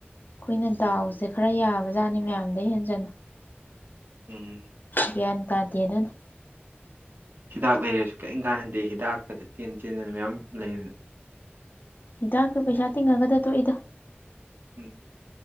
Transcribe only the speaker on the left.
ꯈꯣꯏꯅ ꯗꯥꯎꯁꯦ ꯈꯔ ꯌꯥꯕꯖꯥꯅꯤ ꯃꯌꯥꯝꯗꯩ ꯍꯦꯟꯖꯟꯅ
ꯒꯌꯥꯟ ꯇꯥꯗꯦ ꯑꯗꯨꯅ
ꯍꯤꯗꯥꯛꯇ ꯄꯩꯁꯥ ꯇꯤꯡꯉꯥꯒꯗ ꯇꯣꯛꯏꯗ